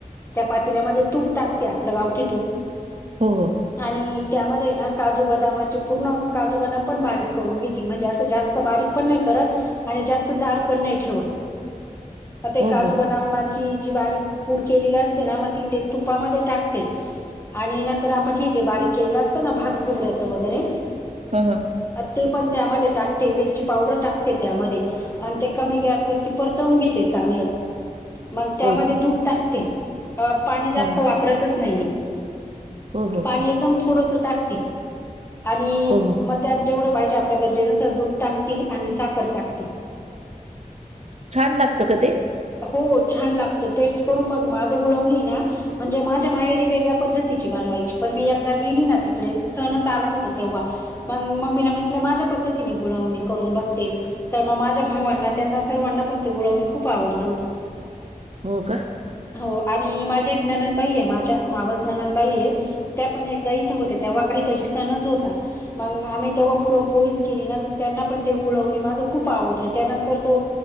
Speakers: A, on the left (about 15°); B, on the right (about 50°).
A: त्या पातील्यामध्ये तूप टाकते आपलं गावठी तूप.
B: हो हो.
A: आणि त्यामध्ये ना काजू, बदाम, पूर्ण काजू बदाम पण बारीक घेती म्हणजे अस जास्त बारीक पण नाही करत. आणि जास्त जाड पण नाही ठेवत. मग ते
B: हो
A: काजू
B: हो
A: बदाम ची जी बारीक पूड केलेली असते ना मग ती ते तुपामध्ये टाकते. आणि नंतर आपण हे जे बारीक केलं असतं ना भात खोबऱ्याचं वगैरे
B: हं हं.
A: ते पण त्यामध्ये टाकते, वेलची पावडर टाकते त्यामध्ये. आणि ते कमी गॅसवरती परतवून घेते चांगलं. मग त्यामध्ये
B: हो
A: दूध टाकते अ पाणी जास्त
B: हो
A: वापरतच नाही मी.
B: हो हो
A: पाणी एकदम थोडस टाकती. आणि
B: हो हो
A: मग त्यात जेवढं पाहिजे आपल्या गरजेनुसार दूध टाकती आणि साखर टाकती.
B: छान लागतं का ते?
A: हो छान लागत टेस्ट करून बघ माझं गुलावणीए ना म्हणजे माझ्या माहेरी वेगळ्या पद्धतीची बनवायची पण मी एकदा गेली ना तिकडे सणच आला होता तेव्ह. मग मम्मीला म्हटलं माझ्या पद्धतीने गुंळवणी करून बघते. तर मग माझ्या भावांना त्यांना सर्वांना पण ते गोळवणी खूप आवडलं होतं.
B: हो का!
A: हो आणि माझ्या एक ननंदबाई आहे माझ्या मावस ननंदबाई आहे. त्या पण एकदा इथं होत्या तेव्हा काहीतरी सणच होता. मंग आम्ही तेव्हा पुरणपोळीच केली नाही तर त्यांना पण ते कुळवणे माझं खूप आवडलं त्यानंतर तो